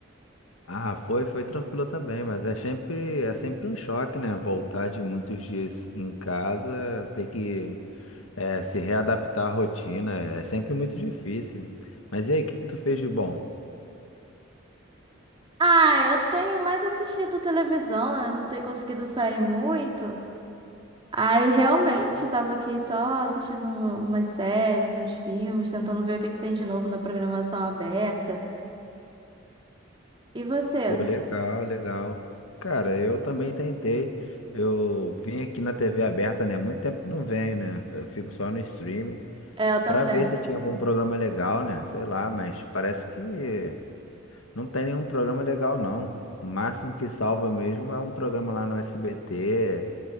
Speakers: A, on the left (about 80°); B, on the right (about 25°).
A: Ah, foi, foi tranquilo também, mas é sempre, é sempre um choque, né? Voltar de muitos dias em casa, ter que é, se readaptar à rotina, é sempre muito difícil. Mas e aí, o que que tu fez de bom?
B: Ah, eu tenho mais assistido televisão, né? Não tenho conseguido sair muito. Aí realmente tava aqui só assistindo um, umas séries, uns filmes, tentando ver o que que tem de novo na programação aberta. E você?
A: Pô, legal, legal. Cara, eu também tentei. Eu vim aqui na TV aberta, né? Muito tempo eu não venho, né? Eu fico só no streaming
B: É, Eu também.
A: pra ver se tinha algum programa legal, né? Sei lá, mas parece que Não tem nenhum programa legal, não. O máximo que salva mesmo é um programa lá no SBT,